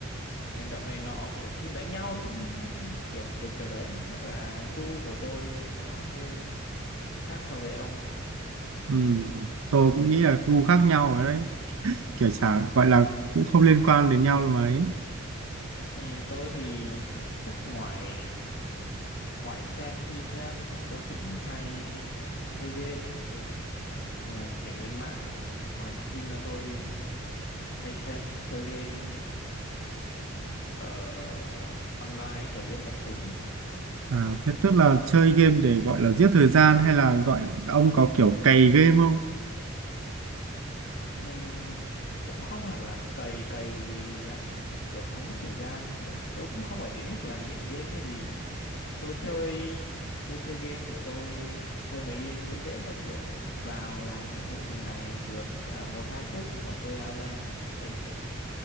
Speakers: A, on the left (about 55°); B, on the right (about 80°).
A: hành động này nọ kiểu phim đánh nhau tôi cũng hay xem này. kiểu kiểu kiểu đấy chắc là gu của tôi nó hơi khác so với ông ừ.
B: ừm, tôi cũng nghĩ là gu khác nhau ở đấy kiểu chả gọi là cũng không liên quan đến nhau là mấy
A: Ừ, tôi thì chắc ngoài ngoài xem phim ra thì chắc tôi cũng hay chơi game ừ Ờ, kiểu lên mạng ngoài xem phim ra tôi hay xem chơi game ờ, online kiểu game bắn súng ấy
B: à
A: Ừ.
B: thế tức là chơi game để gọi là giết thời gian hay là gọi ông có kiểu cày game không
A: Ừm, cũng không hẳn là cày cày thì lại kiểu hơi mất thời gian kiểu tôi cũng không phải đến mức là nghiện game hay gì tôi chơi tôi chơi game thì tôi chơi mấy game dễ dễ thôi kiểu vào làm nhiệm vụ hàng ngày được à, một hai phút xong rồi tôi out ra ừ